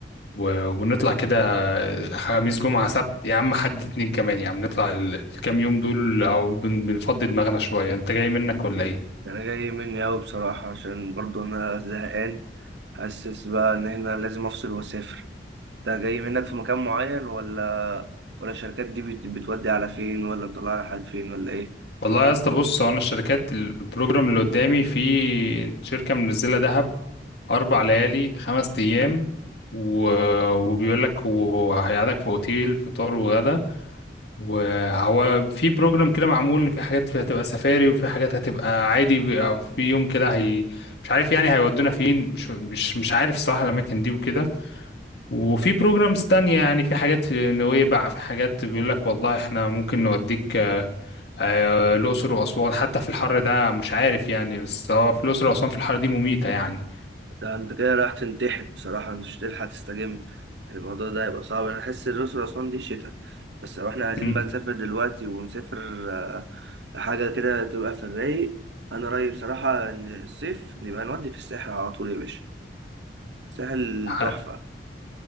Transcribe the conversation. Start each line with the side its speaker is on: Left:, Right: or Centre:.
Left: و- ونطلع كده آه، خميس جمعة سبت يا عم حد اتنين كمان يا عم نطلع ال- الكام يوم دول او بن- بنفضي دماغنا شوية انت جاي منك ولا ايه؟
Right: انا جاي مني اوي بصراحة عشان برضو انا زهقان حاسس بقى ان احنا لازم افصل واسافر انت جاي منك في مكان معين ولا ولا الشركات دي بت- بتودي على فين ولا مطلعة على حد فين ولا ايه
Left: والله يا اسطى بص هو انا الشركات البروجرام اللي قدامي في شركة منزلة دهب أربع ليالي خمس أيام و... وبيقول لك وهيقعدك في أوتيل فطار وغدا وهو في بروجرام كده معمول إن في حاجات فيها هتبقى سفاري وفي حاجات هتبقى عادي بيبقى في يوم كده هي مش عارف يعني هيودونا فين مش مش مش عارف صراحة الأماكن دي وكده وفي بروجرامز تانية يعني في حاجات في نويبع في حاجات بيقول لك والله إحنا ممكن نوديك آه، آه، الأقصر وأسوان حتى في الحر ده مش عارف يعني بس هو في الأقصر وأسوان في الحر دي مميتة يعني
Right: ده انت كده رايح تنتحر بصراحة مش تلحق تستجم الموضوع ده هيبقى صعب انا احس الأقصر وأسوان دي شتا بس لو احنا عايزين
Left: مم.
Right: بقى نسافر دلوقتي ونسافر آه، لحاجة كده تبقى في الرايق انا رأيي بصراحة ان الصيف نبقى نودي في الساحل على طول يا باشا الساحل
Left: ح-
Right: تحفة